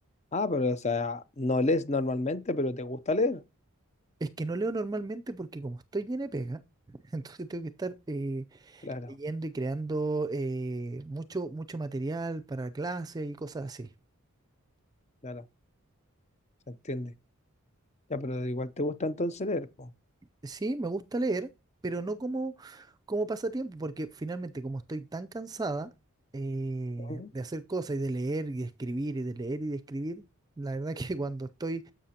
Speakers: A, on the left; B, on the right.
A: Ah, pero o sea, no lees normalmente, pero te gusta leer.
B: Es que no leo normalmente porque como estoy lleno de pega, <laughs> entonces tengo que estar eh,
A: Claro,
B: leyendo y creando eh, mucho, mucho material para clases y cosas así.
A: claro, se entiende. Ya, pero igual te gusta entonces leer, po,
B: Sí, me gusta leer, pero no como, como pasatiempo, porque finalmente como estoy tan cansada eh,
A: ¿no?
B: de hacer cosas y de leer y de escribir y de leer y de escribir, la verdad que <laughs> cuando estoy